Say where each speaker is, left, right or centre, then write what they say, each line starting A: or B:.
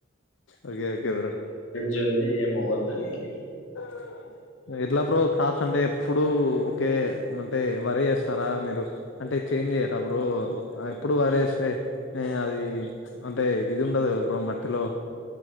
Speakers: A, on the left; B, on the left.
A: ఓకే ఓకే బ్రో
B: జొన్ని ఎమ్ అవ్వదు దానికి
A: <inaudible> ఎట్లా బ్రో క్రాప్స్ అంటే ఎప్పుడు ఒకే అంటే వరే వేస్తారా మీరు. అంటే చేంజ్ చేయ్యరా బ్రో ఎప్పుడు వారే వేస్తే అది అంటే ఇది ఉండదు కాదా. బ్రో మట్టిలో